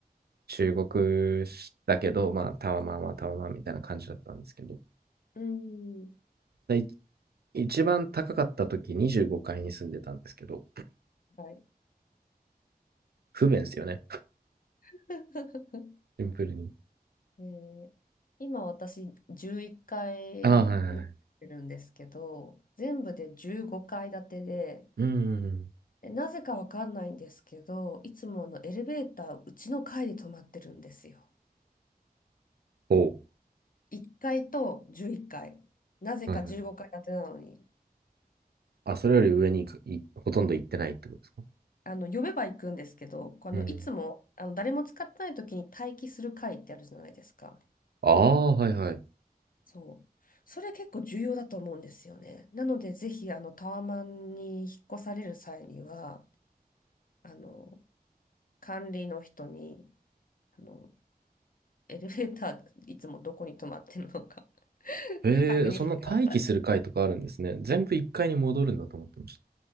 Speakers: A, on the right; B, on the left.
A: 中国だけど、まあ、タワマンはタワマンみたいな感じだったんですけど、
B: うん。うん。
A: でい一番高かった時25階に住んでたんですけど、
B: はい。
A: 不便ですよね。
B: <laughs>
A: シンプルに。
B: で、今私11階いっかいいるんですけど、
A: ああ、はいはいはい。
B: 全部で15階建てで、
A: うんうんうん。
B: えなぜかわかんないんですけど、いつもあのエレベーターうちの階で止まってるんですよ。
A: おう。
B: 1階と11階。なぜか15階建てなのに。
A: はいはい。あ、それより上に行くいほとんど行ってないってことですか
B: あの、呼べば行くんですけど、こうあの、
A: うん。
B: いつも、あの、誰も使ってない時に待機する会ってあるじゃないですか。
A: ああ、はいはい。
B: そう。それ結構重要だと思うんですよね。なので、ぜひ、あの、タワマンに引っ越される際には、あの、管理の人に、あの、エレベーター、いつもどこに止まってるのか <laughs>
A: えー、
B: 確認してください。
A: そんな待機する階とかあるんですね。全部1階に戻るんだと思ってまし